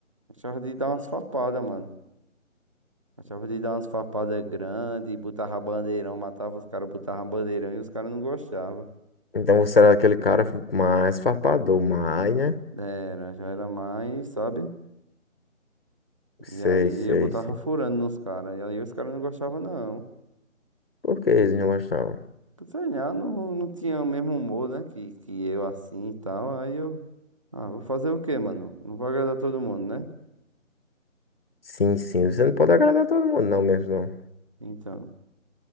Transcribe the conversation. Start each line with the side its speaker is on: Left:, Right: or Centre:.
Right: Achava de dar umas farpadas, mano. Achava de dar umas farpadas grandes, botava bandeirão, matava os caras, botava bandeirão e os caras não gostavam.
Left: Então você era aquele cara mais farpador, mais, né?
Right: Era, já era mais, sabe?
Left: Sei,
Right: E aí
Left: sei,
Right: eu botava
Left: sei.
Right: furando nos caras. E aí os caras não gostavam, não.
Left: Por que eles não gostavam?
Right: Sei lá, não, não tinha o mesmo humor, né? Que, que eu assim e tal. Aí eu. Ah, vou fazer o quê, mano? Não vou agradar todo mundo, né?
Left: Sim, sim, você não pode agradar todo mundo, não mesmo, não.
Right: Então.